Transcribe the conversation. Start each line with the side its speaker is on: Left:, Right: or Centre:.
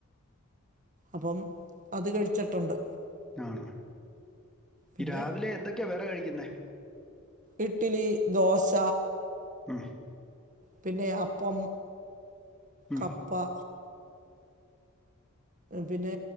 Right: അപ്പം അത് കഴിച്ചിട്ടുണ്ട്
Centre: ആണോ
Right: പിന്നെ
Centre: ഈ രാവിലെ എന്തൊക്കെയാ വേറെ കഴിക്കുന്നേ?
Right: ഇട്ട്ലി ദോശ
Centre: ഉം
Right: പിന്നെ അപ്പം
Centre: ഉം
Right: കപ്പ പിന്നെ